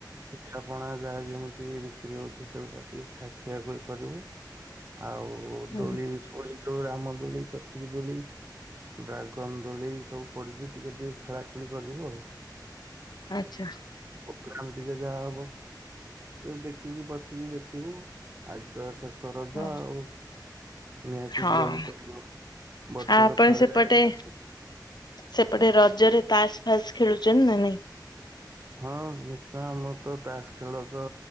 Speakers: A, on the right (about 35°); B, on the left (about 65°).
A: ପିଠା ପଣା ଯାହା ଯେମିତି ବିକ୍ରି ହୋଉଚି ସେଗୁଡା ଟିକେ ଖାଇ ଖିଆ କରିବୁ। ଆଉ
B: ହୁଁ।
A: ଦୋଳି ଫୋଳି ଯୋଉ ରାମ ଦୋଳି ଚକ୍ରି ଦୋଳି ଡ୍ରାଗନ ଦୋଳି ସବୁ ପଡିଛି ଟିକେ ଟିକେ ଖେଳାଖେଳି କରିବୁ ଆଉ
B: ଆଚ୍ଛା
A: ପୋଗ୍ରାମ ଟିକେ ଯାହା ହବ ଟିକେ ଦେଖିକି ବସିକି ଦେଖିବୁ ଆଜିତ ଶେଷ ରଜ
B: ହଁ
A: ଆଉ ନିହାତି
B: ଆଉ
A: ଯିବାକୁ ପଡିବ ବର୍ଷକ
B: ଆପଣ
A: ଥରେ
B: ସେପଟେ
A: ଆସୁଚି
B: ସେପଟେ ରଜରେ ତାସ ଫାସ ଖେଳୁଛନ୍ତି ନା ନାଇଁ?
A: ହଁ ନିଶ୍ଚୟ ଆମରତ ତାସ୍ ଖେଳ ତ